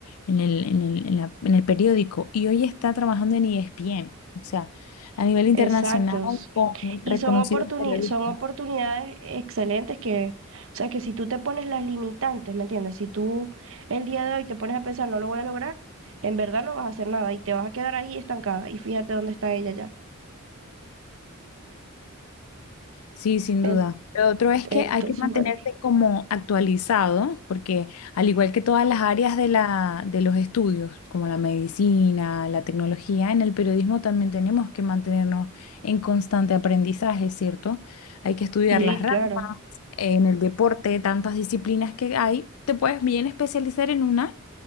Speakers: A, on the left; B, on the right.
A: en el, en el, en la- en el periódico y hoy está trabajando en ESPN, o sea, a nivel internacional
B: exacto.
A: con
B: Y
A: reconocidos
B: son oportuni-
A: periodistas.
B: son oportunidades excelentes que, o sea, que si tú te pones las limitantes, ¿me entiendes? Si tú el día de hoy te pones a pensar, no lo voy a lograr, en verdad no vas a hacer nada y te vas a quedar ahí estancada. Y fíjate dónde está ella ya.
A: Sí, sin
B: En-
A: duda. Lo otro es
B: entonces,
A: que hay que mantenerse
B: bueno,
A: como actualizado, porque al igual que todas las áreas de la, de los estudios, como la medicina, la tecnología, en el periodismo también tenemos que mantenernos en constante aprendizaje, ¿cierto? Hay que estudiar
B: sí,
A: las ramas,
B: claro.
A: en el deporte, tantas disciplinas que hay, te puedes bien especializar en una